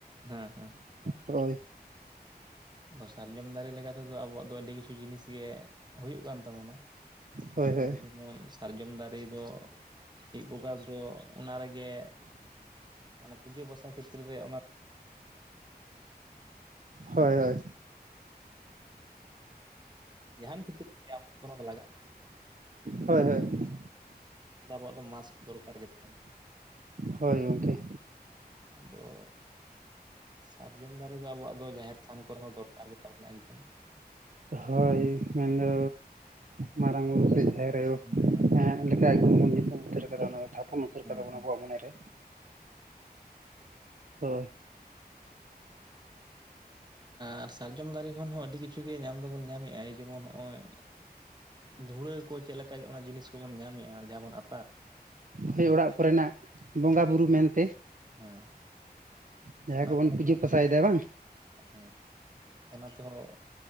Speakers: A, on the right; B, on the right.
A: ᱦᱮᱸ ᱦᱮᱸ
B: ᱦᱳᱭ
A: ᱟᱫᱚ ᱥᱟᱨᱡᱚᱢ ᱫᱟᱨᱮ ᱞᱮᱠᱟ ᱛᱮᱫᱚ ᱟᱵᱚᱣᱟᱜ ᱫᱚ ᱟᱹᱰᱤ ᱠᱤᱪᱷᱩ ᱡᱤᱱᱤᱥ ᱜᱮ ᱦᱩᱭᱩᱜ ᱠᱟᱱ ᱛᱟᱵᱚᱱᱟ
B: ᱦᱳᱭ
A: ᱟᱵᱚ
B: ᱦᱳᱭ
A: ᱡᱮᱢᱚᱱ ᱥᱟᱨᱡᱚᱢ ᱫᱟᱨᱮ ᱫᱚ ᱪᱤᱡ ᱵᱚᱠᱟ ᱫᱚ ᱚᱱᱟ ᱨᱮᱜᱮ ᱢᱟᱱᱮ ᱯᱩᱡᱟᱹ ᱯᱟᱥᱟ ᱠᱷᱮᱛᱨᱮ ᱨᱮ ᱚᱱᱟ
B: ᱦᱳᱭ ᱦᱳᱭ
A: ᱡᱟᱦᱟᱱ ᱠᱷᱮᱛᱨᱮ ᱛᱮ ᱟᱵᱚᱨᱚ ᱚᱱᱟ ᱠᱚ ᱞᱟᱜᱟᱜ ᱠᱟᱱᱟ
B: ᱦᱳᱭ ᱦᱳᱭ
A: ᱟᱵᱚᱣᱟᱜ ᱫᱚ ᱢᱟᱥᱠ ᱫᱚᱨᱠᱟᱨ ᱜᱮ ᱛᱟᱵᱚᱱᱟ
B: ᱦᱳᱭ ᱜᱚᱢᱠᱮ
A: ᱟᱫᱚ ᱥᱟᱨᱡᱚᱢ ᱫᱟᱨᱮ ᱫᱚ ᱟᱵᱚᱣᱟᱜ ᱫᱚ ᱡᱟᱦᱮᱨ ᱛᱷᱟᱱ ᱠᱚᱨᱮ ᱦᱚᱸ ᱫᱚᱨᱠᱟᱨ ᱜᱮᱛᱟᱵᱚᱱᱟ ᱮᱠᱫᱚᱢ
B: ᱦᱳᱭ ᱢᱮᱱᱫᱚ ᱢᱟᱨᱟᱝ ᱵᱩᱨᱩ ᱥᱮ ᱡᱟᱦᱮᱨ ᱟᱭᱳ
A: ᱦᱮᱸ ᱦᱮᱸ
B: ᱞᱮᱠᱟᱵᱚᱢ ᱵᱚᱱ ᱧᱩᱛᱩᱢ ᱩᱛᱟᱹᱨᱫᱟ ᱛᱷᱟᱯᱚᱱ ᱩᱛᱟᱹᱨ
A: ᱦᱮᱸ
B: ᱟᱵᱚᱣᱟᱜ
A: ᱦᱮᱸ
B: ᱢᱚᱱᱮᱨᱮ ᱦᱳᱭ
A: ᱟᱨ ᱥᱟᱨᱡᱚᱢ ᱫᱟᱨᱮ ᱠᱷᱚᱱ ᱦᱚᱸ ᱟᱹᱰᱤ ᱠᱤᱪᱷᱩ ᱜᱮ ᱧᱟᱢ ᱫᱚᱵᱚᱱ ᱧᱟᱢᱮᱜᱼᱟ ᱡᱮᱢᱚᱱ ᱱᱚᱜᱼᱚᱭ ᱫᱷᱩᱲᱟᱹ ᱠᱚ ᱪᱮᱫᱠᱟ ᱚᱱᱟ ᱡᱤᱱᱤᱥ ᱠᱚᱵᱚᱱ ᱧᱟᱢᱮᱫᱼᱟ ᱡᱟᱦᱟᱸ ᱵᱚᱱ ᱟᱛ
B: ᱦᱳᱭ ᱚᱲᱟᱜ ᱠᱚᱨᱮᱱᱟᱜ ᱵᱚᱸᱜᱟᱼᱵᱩᱨᱩ ᱢᱮᱱᱛᱮ
A: ᱦᱮᱸ
B: ᱡᱟᱦᱟᱸᱭ
A: ᱚᱱᱟ
B: ᱠᱚᱵᱚᱱ
A: ᱠᱚᱨᱮ
B: ᱯᱩᱡᱟᱹ
A: ᱦᱚᱸ
B: ᱯᱟᱥᱟᱭᱮᱫᱟ ᱵᱟᱝ
A: ᱦᱮᱸ ᱚᱱᱟ ᱛᱮᱦᱚᱸ